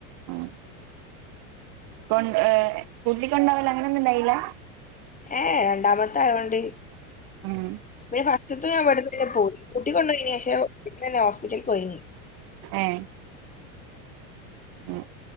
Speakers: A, on the right (about 55°); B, on the left (about 20°).
A: ആഹ് കൊണ്ട് ഏഹ് കൂട്ടിക്കൊണ്ടോവല് അങ്ങനെന്നും ഇണ്ടായിലാ?
B: ഏഹ് രണ്ടാമത്തയായോണ്ട്
A: ഉം
B: പിന്നെ ഫസ്റ്റത്തെ ഞാൻ ഇവിടുന്നന്നെ പോയി കൂട്ടികൊണ്ടോയിനി പക്ഷേ ഇവിടുന്നന്നെ ഹോസ്പിറ്റലക്ക്‌ പോയിനി.
A: ഏഹ് ആഹ്